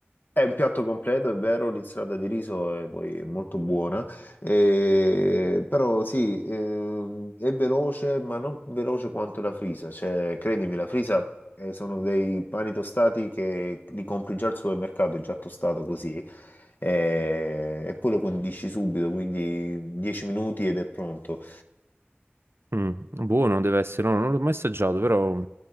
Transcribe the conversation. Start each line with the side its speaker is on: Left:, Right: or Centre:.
Left: è un piatto completo, è vero, l'insalata di riso è poi è molto buona, eh, però sì, ehm, è veloce, ma non veloce quanto la frisa. Cioè, credimi, la frisa eh, sono dei pani tostati che li compri già al supermercato, è già tostato così, eh, e poi lo condisci subito, quindi 10 minuti ed è pronto.
Right: Mm, buono deve essere, no, non l'ho mai assaggiato, però